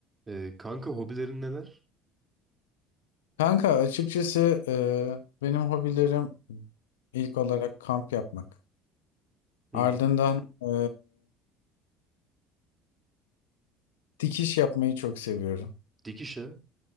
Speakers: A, on the right (about 25°); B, on the left (about 85°).
A: Ee, kanka hobilerin neler?
B: Kanka açıkçası e, benim hobilerim ilk olarak kamp yapmak.
A: Hı
B: Ardından
A: hı.
B: e, dikiş yapmayı çok seviyorum.
A: Dikişe.